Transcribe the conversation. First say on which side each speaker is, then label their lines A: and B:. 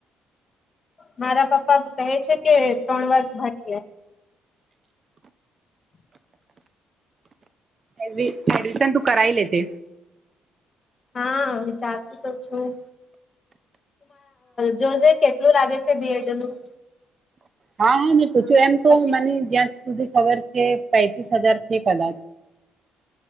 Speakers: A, on the left; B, on the right.
A: મારા પપ્પા કહે છે કે ત્રણ વર્ષ ભરી <unintelligible>
B: એ એડમિશન તું કરાય લ છે
A: હા વિચારતી તો છું જોજે કેટલું લાગે છે બીએડ નું
B: હા હા મેં પૂછ્યું એમ તો
A: પછી
B: મને જ્યાં સુધી ખબર છે પૈંતસ હજાર છે કલાાર